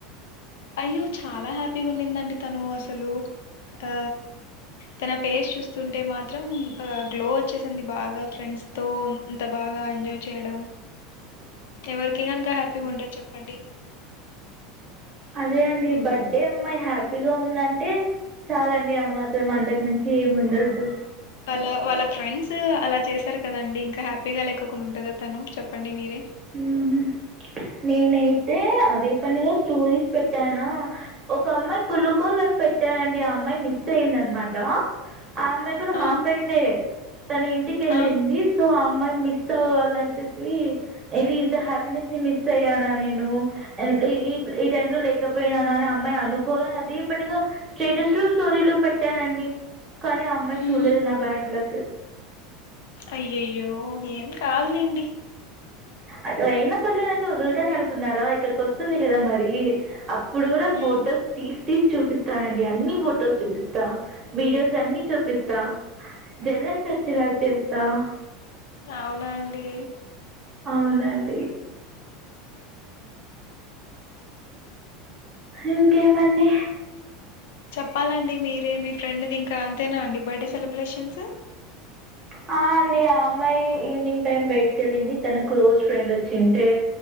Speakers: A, on the left (about 75°); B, on the right (about 20°).
A: అయ్యో చాలా హ్యాపీగా ఉన్నిందండి తను అసలు ఆ తన ఫేస్ చూస్తుంటే మాత్రం ఆ గ్లో వచ్చేసింది బాగా ఫ్రెండ్స్ ఎ ఇంత బాగా ఎంజాయ్ చేయడం
B: అ
A: ఎవరికిగానాక హ్యాపీగా ఉండదు చెప్పండి
B: అదే అండి బర్త్డే అమ్మాయి హ్యాపీగా ఉందంటే చాలండి ఆ మాత్రం అంతకు మించి ఎం ఉండదు
A: వాళ్ళ వాళ్ళ ఫ్రెండ్స్ అలా చేశారు కదండి ఇంకా హ్యాపీగా లేకోకుండా ఉంటదా తను చెప్పండి మీరే
B: ఉహ్మ్ నేనైతే అదే పనిగా స్టోరీస్ పెట్టానా ఒక అమ్మాయి కులుకోలని పెట్టానండి ఆ అమ్మాయి మిస్ అయిందన్మాట ఆ అమ్మాయి కూడా
A: ఆ
B: మా ఫ్రెండే తన ఇంటికి వెళ్ళింది
A: ఆ
B: సో అమ్మాయి మిస్ అవ్వాలని చెప్పి ఏది ఇంత హ్యాపీనెస్ని మిస్ అయ్యానా నేను ఎ ఈ ఈ టైలో లేక పోయినానే అమ్మాయి అనుకోవలని అదే పనిగా స్టేటస్లు స్టోరీలు పెట్టానండి కానీ ఆ అమ్మాయి
A: మ్మ్
B: చూడ్లేదు నా బ్యాడ్లక్
A: అయ్యయ్యో ఏం కాదులేండి
B: అద అయిన పర్లేదండి వోధుల్తానునుకున్నారా ఇక్కడికి వస్తుంది కదా మరి అప్పుడు కూడా
A: మ్మ్
B: ఫోటోస్ తీసి తీసి చూపిస్తానండి అన్ని ఫోటోస్ చూపిస్తా వీడియోస్ అన్ని చూపిస్తా జలస్ వచ్చి లా చేస్తా త్త
A: అవునా అండి
B: అవునండి ఇంకేమండి
A: చెప్పాలండి మీరే మీ ఫ్రెండ్ది ఇంకా అంతేనా అండి బర్త్డే సెలబ్రేషన్స్
B: హ అండి ఆ అమ్మాయి ఈవినింగ్ టైం బైటకెళ్ళింది తన క్లోజ్ ఫ్రెండ్ వచ్చింటే